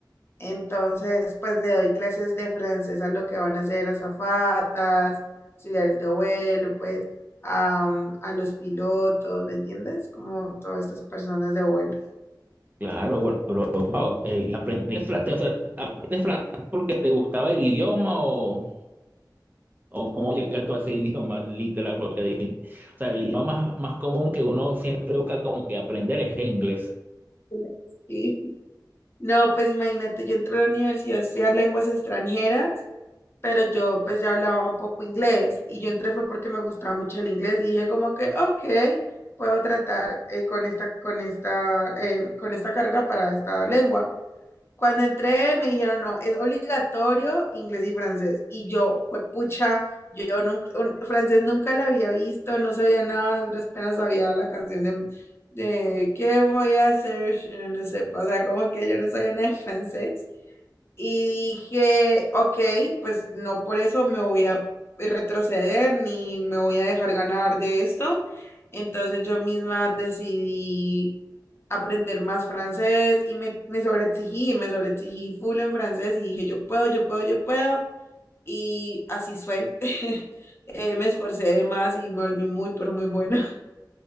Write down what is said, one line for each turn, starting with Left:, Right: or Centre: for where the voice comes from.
Left: Entonces, pues le doy clases de francés a lo que van a ser azafatas, auxiliares de vuelo, pues am, a los pilotos, ¿me entiendes? Como todas estas personas de vuelo.
Right: Claro, bueno, pero wow, eh, aprendiste francés, o sea, aprendiste francés porque te gustaba el idioma o... o cómo llegar tú a ese idioma literal, porque de- o sea, el idioma más, más común que uno siempre busca como que aprender es el inglés.
Left: <laughs> Sí. No, pues imagínate, yo entré a la universidad a estudiar lenguas extranjeras, pero yo pues ya hablaba un poco inglés y yo entré fue porque me gustaba mucho el inglés y dije como que, ok, puedo tratar eh, con esta, con esta, em, con esta carrera para esta lengua. Cuando entré me dijeron, no, es obligatorio inglés y francés. Y yo, pucha, yo nunca, un- francés nunca la había visto, no sabía nada, apenas sabía la canción de, de ¿Qué voy a hacer? Yo no sé, o sea, como que yo no sabía nada de francés. Y dije, ok, pues no por eso me voy a retroceder ni me voy a dejar ganar de esto. Entonces yo misma decidí aprender más francés y me, me sobreexigí, me sobreexigí full en francés y dije, yo puedo, yo puedo, yo puedo. Y así fue. <laughs> Eh, me esforcé de más y me volví muy, pero muy buena. <laughs>